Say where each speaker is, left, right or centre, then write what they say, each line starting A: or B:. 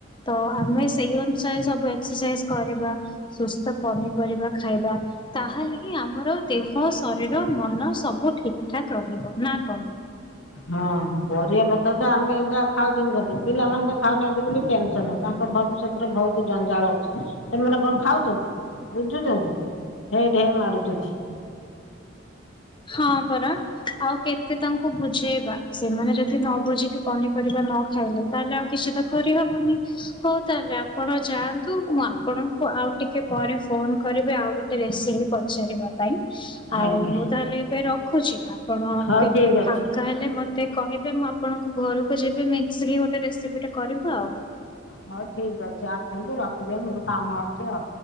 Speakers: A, on the left (about 25°); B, on the left (about 80°).
A: ତ ଆମେ ସେଇ ଅନୁସାରେ ସବୁ ଏକ୍ସରସାଇଜ କରିବା। ସୁସ୍ଥ ପନିପରିବା ଖାଇବା ତାହେଲେ ହି ଆମର ଦେହ ଶରୀର ମନ ସବୁ ଠିକ ଠାକ ରହିବ ନା କଣ
B: ହଁ, ପରିବା ପତର ତ ଆମେ, ଯାହା ଖାଉଛନ୍ତି, ଖାଉଛନ୍ତି ପିଲାମାନେ ତ ଖାଉନାହାନ୍ତି, ବୋଲି ଟେନସନ ୲ ତାଙ୍କ ଭବିଷ୍ୟତରେ ବହୁତ, ଜଞ୍ଜାଳ ଅଛି, ସେମାନେ କଣ ଖାଉଛନ୍ତି, ବୁଝୁଛନ୍ତି ହେ ଢେ, ମାରୁୁଛନ୍ତି।
A: ହଁ, ପରା ଆଉ, କେତେ ତାଙ୍କୁ ବୁ ବୁଝେଇବା, ସେମାନେ ଯଦି ନ ବୁଝିକି ପନି, ପରିବା ନ ଖାଇଲେ ୲ ତାହେଲେ ଆଉ କିଛି, ଦେଖ ହବନି, ହଉ ତାହେଲେ ଆପଣ, ଯାଆ କିନ୍ତୁ, ମୁଁ ଆପଣଙ୍କୁ ଆଉ ଟିକେ ପରେ, ଫୋନ କରିବି ଆଉ ଗୋଟେ ରେସିପି ପଚାରିବା, ପାଇଁ। ଆଉ,
B: ଆଜ୍ଞା
A: ମୁଁ ତା ହେଲେ, ଏବେ ରଖୁଛି ୲ ଆପଣ
B: ହଉ
A: କେବେ
B: ଠିକ ଅଛି
A: ଫାଙ୍କା ହେଲେ, ମତେ କହିବେ, ମୁଁ ଆପଣଙ୍କ ଘରକୁ ଯିବି ୲ ମିଶ୍ରି, ଗୋଟେ ରେସିପି ଟା କରିବା, ଆଉ ୲
B: ହଉ ଠିକ ଅଛି, ଆସନ୍ତୁ ରଖି ଦିଅନ୍ତୁ, ମୋର କାମ ଅଛି ଆଉ।